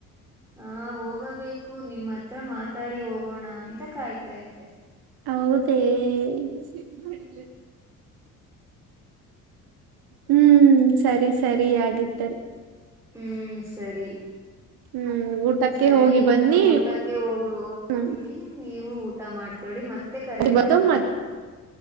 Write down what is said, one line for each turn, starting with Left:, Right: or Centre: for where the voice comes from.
Centre: ಹ ಹೋಗಬೇಕು ನಿಮ್ಮ ಹತ್ರ ಮಾತಾಡಿ ಹೋಗ ಹೋಗೋಣ ಅಂತ ಕಾಯ್ತಾಯ್ತೆ
Right: ಹೌದೇ ಚೇಜ್ ಮಾಡಿದ ಹ್ಮ್ ಸರಿ ಸರಿ ಆಗಿದ್ದಿದ್ದಾರೆ
Centre: ಹ್ಮ್ ಸರಿ
Right: ಹ್ಮ್ ಊಟಕ್ಕೆ
Centre: ಸರಿ
Right: ಹೋಗಿ
Centre: ಇನ್ನು
Right: ಬನ್ನಿ
Centre: ಊಟಕ್ಕೆ ಹೋಗ ಹೋಗ್ತೀನಿ
Right: ಹ್ಮ್
Centre: ನೀವು ಊಟ ಮಾಡ್ಕೊಳ್ಳಿ ಮತ್ತೆ ಮತ್ತೆ ಕರೆ ಮಾಡ್ತೀವಿ
Right: ಬಂದು ಮತ್